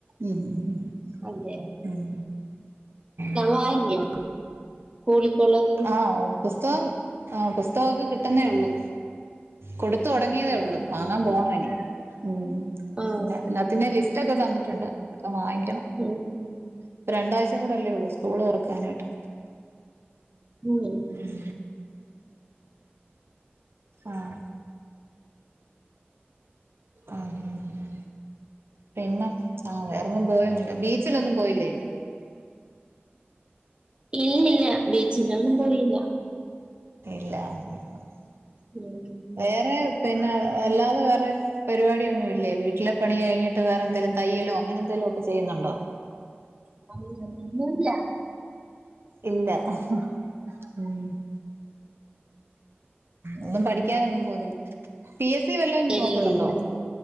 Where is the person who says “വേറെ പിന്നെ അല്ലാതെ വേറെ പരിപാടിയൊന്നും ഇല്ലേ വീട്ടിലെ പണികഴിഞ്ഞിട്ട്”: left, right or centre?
Right